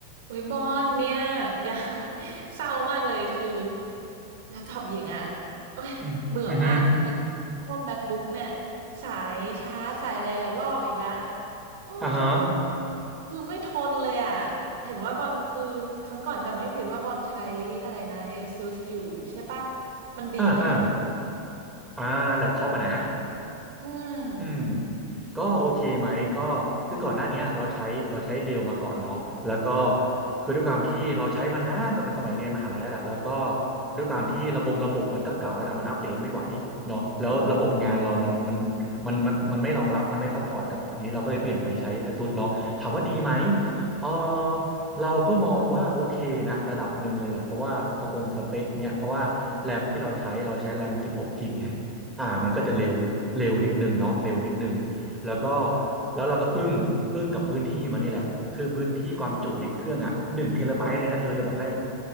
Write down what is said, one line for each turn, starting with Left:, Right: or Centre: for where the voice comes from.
Right: โอ้ยบอนเนี่ย <laughs> อย่าโอ๊ยเศร้ามากเลยคือแล็ปท็อปหญิงอ่ะโอ้ยเบื่อมากอี
Centre: อืม อือฮึอ
Right: พวก MacBook เนี่ยสายชาร์จสายอะไรอ่ะลอกอีกแล้วโอ้ย
Centre: อ่าฮะ
Right: คือไม่ทนเลยอ่ะเห็นว่าบอลคือครั้งก่อนจำไม่ผิดว่าบอลใช้อะไรนะ ASUS อยู่ใช่ปะมันดีไหม
Centre: อ่าอ่าอ่าแล็ปท็อปอะนะ
Right: อืม
Centre: อืมก็โอเคไหมก็คือก่อนหน้าเนี้ยเราใช้เราใช้เดลมาก่อนเนาะแล้วก็คือด้วยความที่เราใช้มานานตอนสมัยเรียนมหาลัยแล้วแหละแล้วก็ด้วยความที่ระบบระบบมันก็เก่าแล้วแหละมันอัปเดตไม่ไหวเนาะแล้วระบบงานเรามันมันมันมันมันไม่รองรับมันไม่ซัพพอร์ตกับอันนี้เราก็เลยเปลี่ยนไปใช้ ASUS เนาะถามว่าดีไหมเออเราก็มองว่าโอเคนะระดับหนึ่งเลยแหละเพราะว่าสปงสเปคเนี่ยเพราะว่าแรมที่เราใช้เราใช้แรม16กกิกะไง อ่ามันก็จะเร็วเร็วนิดนึงเนาะเร็วนิดนึงแล้วก็แล้วเราก็อึ้งอึ้งกับพื้นที่มันนี่แหละคือพื้นที่ความจุในเครื่องอ่ะหนึ่งเทราไบต์เลยนะเธอจะบอกให้